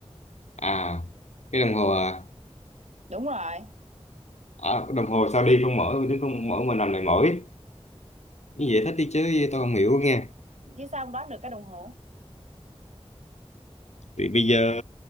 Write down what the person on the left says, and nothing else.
à cái đồng hồ à,
à đồng hồ sao đi không mỏi, đứng không mỏi, mình nằm lại mỏi. như vậy thích đi chứ tôi không hiểu nghe
thì bây giờ